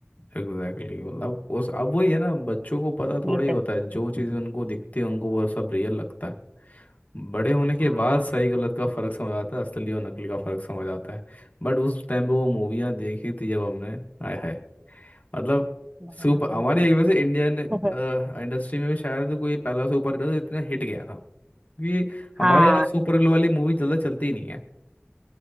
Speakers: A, on the left (about 40°); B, on the right (about 20°).
A: exactly मतलब उस अब वही है ना बच्चों को पता थोड़ा
B: ये
A: ही
B: तो
A: होता है जो चीज़ें उनको दिखती है उनको वो सब रियल लगता है बड़े होने के
B: हाँ
A: बाद सही गलत का फर्क समझ आता है असली और नकली का फर्क समझ आता है बट उस टाइम पे वो मूवियाँ देखी थी जब हमने आय हाय मतलब
B: बढ़िया
A: सुपर
B: वो
A: हमारे
B: थी
A: ये वैसे इंडियन इंडस्ट्री
B: <laughs>
A: में भी शायद कोई पहला सुपर हीरो था जो इतना हिट गया था क्योंकि हमारे
B: हाँ
A: यहाँ सुपर हीरो वाली मूवी ज़्यादा चलती ही नहीं है